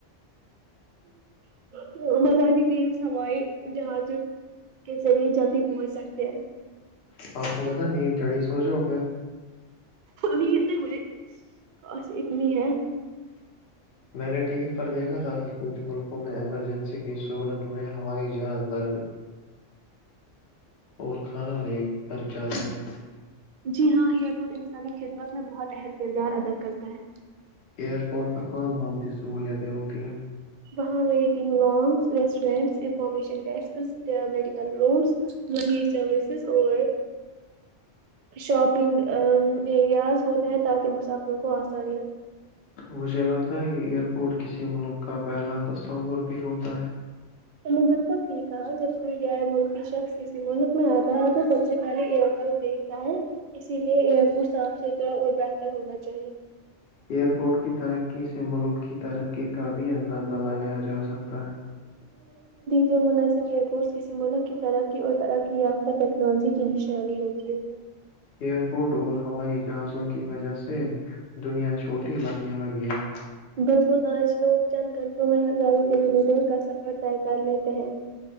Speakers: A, on the left; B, on the right.
A: <inaudible>
B: <unintelligible> ہوائی جہاز کے ذریعے جلدی پہنچ سکتے ہیں
A: آپ کو پتا ہے نیند چڑی سو جاو پھر
B: نیند نہیں مجھے خاسی اتنی ہے
A: میں نے ٹی وی پر دیکھا تھا کہ کچھ ملک ایمرجنسی کی صورت میں ہوائی جہاز در اور کھانا لے کر جاتے ہیں
B: جی ہاں ایئر ب انسانی خدمت میں بہت اہم کردار ادا کرتا ہے
A: ایئر پورٹ پر کون کون سی سہوولتیں ہوتی ہیں
B: بہاں waiting lounges restaurants information desks medical rooms <unintelligible> اور شاپنگ ایریاز ہوتے ہیں تاکہ مسافروں کو آسانی ہو <unintelligible>
A: مجھے لگتا ہے کہ ایئر پورٹ کسی ملک کا پہلا تصور بھی ہوتا ہے
B: تو میں بالکل ٹھیک کہ جب کوئی غیر ملکی شخص کسی ملک میں آتا ہے تو سب سے پہلے ایئرپورٹ اسی لیے ایئر پٹ صاف ستھرا اور بہتر ہونا چاہیے
A: ایئر پورٹ کی ترقی سے ملک کی ترقی کا بھی اندازہ لگایا جا سکتا ہے <inaudible>
B: جو مناسم ایئرپورٹس کسی ملک کی ترقی اور ترقی یافتہ ٹیکنالوجی کی نشانانی ہوتی ہے
A: ایئرپورٹ اور ہوائی جہازوں کے کی وجہ سے دنیا چھوٹی لگنے لگی ہے
B: بالکل آج لوگ چند گھنٹوں میں ہزاروں کلو میٹر کا سفر طے کر لیتے ہیں